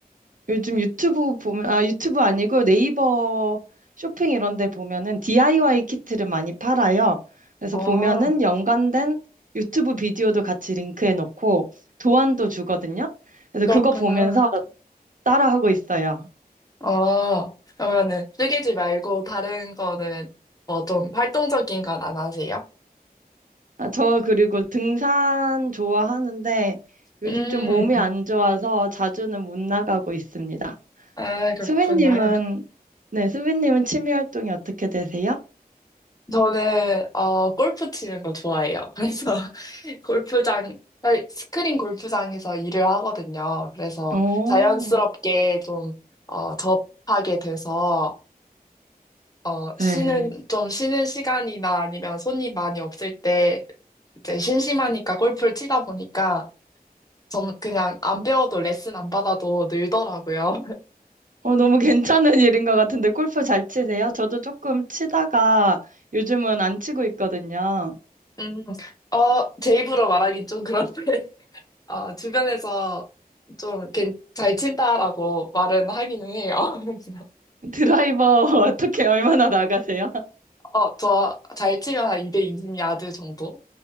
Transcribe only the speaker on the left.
아,
그렇구나.
아, 그러면은 뜨개질 말고 다른 거는 뭐 좀 활동적인 건 안 하세요?
음,
아, 그렇구나.
저는 어 골프 치는 거 좋아해요. 그래서 <laughs> 골프장 사실 스크린 골프장에서 일을 하거든요. 그래서
자연스럽게 좀 어, 접하게 돼서 어
쉬는 좀 쉬는 시간이나 아니면 손님 많이 없을 때 이제 심심하니까 골프를 치다 보니까 좀 그냥 안 배워도 레슨 안 받아도 늘더라고요.
<laughs> 음, 어, 제 입으로 말하긴 좀 그런데 어, 주변에서 좀 이렇게 잘 친다라고 말은 하기는 해요. <laughs> 그래서
어, 저 잘 치면 한 220 야드 정도